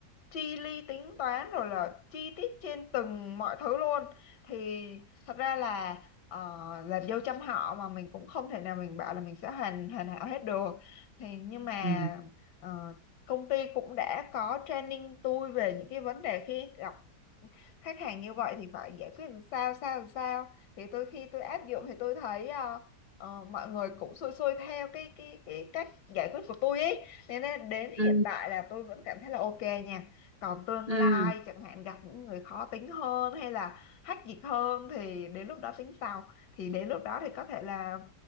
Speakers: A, on the left; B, on the right.
A: chi ly tính toán rồi là chi tiết trên từng mọi thứ luôn thì thật ra là ờ, làm dâu trăm họ mà mình cũng không thể nào mình bảo là mình sẽ hoàn hoàn hảo hết được thì nhưng mà
B: Ừ.
A: ờ, công ty cũng đã có training tôi về những cái vấn đề khi gặp khách hàng như vậy thì phải giải quyết làm sao sao làm sao thì tôi khi tôi áp dụng thì tôi thấy ờ, ờ, mọi người cũng xuôi xuôi theo cái cái cái cách giải quyết của tôi ấy nên là đến
B: Ừ.
A: hiện tại là tôi vẫn cảm thấy là ok nha còn tương
B: Ừ.
A: lai chẳng hạn gặp những người khó tính hơn hay là hách dịch hơn thì đến lúc đó tính sau thì đến lúc đó thì có thể là